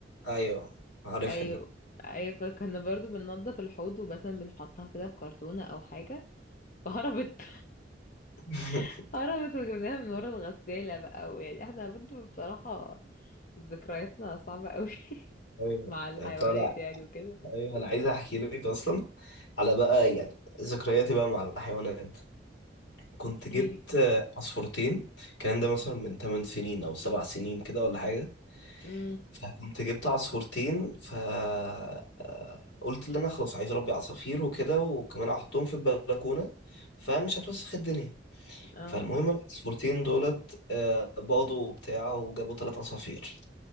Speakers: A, on the left (about 80°); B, on the left (about 45°).
A: ايوه عارفها
B: ايوه
A: دي
B: ايوه فكنا برضو بننضف الحوض ومثلا بنحطها كده في كرتونة او حاجة فهربت
A: <laughs>
B: <laughs> هربت وجبناها من ورا الغسالة بقى ويعني احنا برضو بصراحة ذكرياتنا صعبة قوي <laughs>
A: ايوه
B: مع الحيوانات
A: طالع
B: يعني وكده
A: ايوه انا عايز احكي لك اصلا على بقى يعني ذكرياتي بقى مع الحيوانات كنت
B: احكيلي
A: جبت آه، عصفورتين الكلام ده مثلا من 8 سنين او 7 سنين كده ولا حاجة
B: امم
A: فكنت جبت عصفورتين فقلت اللي انا خلاص عايز اربي عصافير وكده وكمان هحطهم في البلكونه فمش هتوسخ الدنيا
B: اه
A: فالمهم العصفورتين دولت آه، باضوا وبتاع وجابوا ثلاث عصافير